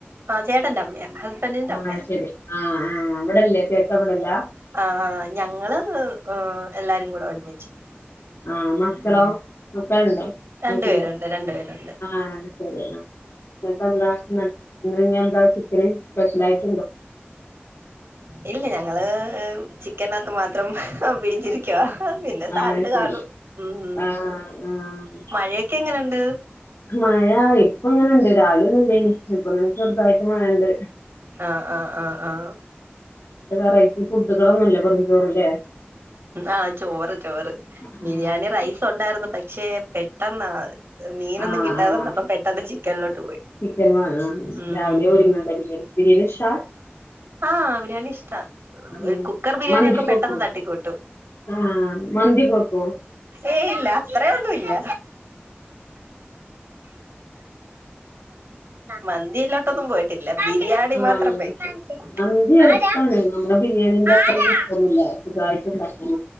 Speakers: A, on the right (about 85°); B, on the left (about 80°).
A: ആ ചേട്ടന്റെ അമ്മയാ ഹസ്ബൻഡിന്റെ
B: ആഹ്
A: അമ്മയാ
B: ശരി ആഹ് ആഹ് ഇവിടല്ലേ ചേട്ടൻ ഇവിടല്ല
A: ആഹ് ഞങ്ങള് എല്ലാരും കൂടെ ഒരുമിച്ച്
B: ആഹ് മക്കളോ
A: ഉം ഉം
B: മക്കളുണ്ടോ
A: രണ്ടു
B: ആയിട്ടില്ല
A: പേരുണ്ട് രണ്ടു പേരുണ്ട്
B: ആഹ് ശരി എന്നാ പിന്നെന്താ ഇന്നിനി എന്താ ചിക്കന് സ്പെഷ്യൽ ആയിട്ട്
A: ഇല്ല ഞങ്ങള് ഹ് ഹ് ചിക്കനകത്ത് മാത്രം പിടിച്ചിരിക്കുവ പിന്നെ സാലഡ്
B: ആഹ് ശരി
A: കാണും മ്മ്
B: ആഹ് ആഹ്
A: മഴയൊക്കെ എങ്ങനെയുണ്ട്
B: മഴ ഇപ്പ ഇങ്ങനുണ്ട് രാവിലെ ഒന്നും ഇല്ല ഇനി ഇപ്പങ്ങനെ ചെറുതായിട്ട് മഴയുണ്ട്
A: ആഹ് ആഹ് ആഹ് ആഹ്
B: പിന്നെ വെറൈറ്റി ഫുഡുകള് ഒന്നുമില്ലേ വെറും ചോറ് ല്ലേ
A: ആഹ് ചോറ് ചോറ്
B: ആഹ്
A: ബിരിയാണി റൈസ് ഉണ്ടായിരുന്നു പക്ഷെ പെട്ട പെട്ടെന്നാ മീനൊന്നും
B: ആഹ്
A: കിട്ടാതെ
B: ആഹ്
A: വന്നപ്പോ പെട്ടെന്ന് ചിക്കനിലോട്ട് പോയി
B: ചിക്കൻ വാങ്ങ
A: ഉം
B: രാവിലെ ഒരുങ്ങണ്ട
A: ഉം
B: ബിരിയാണി ബിരിയാണി ഇഷ്‌ടാ
A: ആഹ് ബിരിയാണി ഇഷ്ട ഒരു
B: ഉം
A: കുക്കർ ബിരിയാണി
B: മന്തിയൊക്കെ
A: ഒക്കെ പെട്ടെന്ന്
B: വെക്കോ
A: തട്ടിക്കൂട്ടും
B: ആഹ് മന്തി ബെക്കും
A: ഏയ് ഇല്ല അത്രെ ഒന്നും ഇല്ല മന്തിയിലോട്ടൊന്നും പോയിട്ടില്ല ബിരിയാണി
B: ആഹ്
A: മാത്രം വെക്കും
B: മന്തി എളുപ്പാണ്
A: ആരാ
B: നമ്മളെ ബിരിയാണിന്റെ അത്ര
A: ആരാ
B: റിസ്കൊന്നൂല്ല സുഖായിട്ട് ഉണ്ടാക്കാം